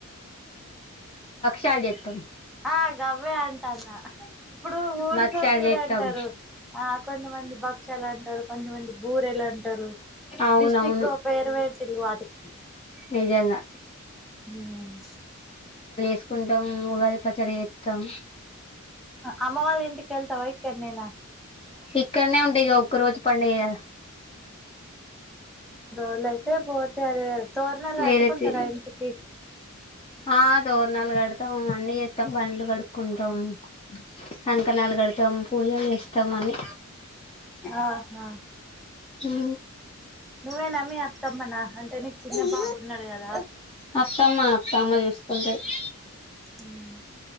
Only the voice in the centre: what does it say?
ఆ గవ్వే అంటాన్న ఇప్పుడు ఊరికో
తీర
అంటారు ఆ కొంతమంది భక్షలు అంటారు కొంతమంది బూరెలు అంటారు
డిస్టిక్కో పేరువేటిల్ళ వాటికి ఇ
ఉమ్
అమ్మ వాళ్ళ ఇంటికి వెళ్తావా ఇక్కడనేనా
అలయితే పోతే అరవే తోరణాలు
అట్టుకుంటారా
ఇంటికి
ఆహా
నువ్వేనా మీ అత్ అత్తమ్మనా అంటే నీకు చిన్న బాబు ఉన్నాడు గదా
ఉమ్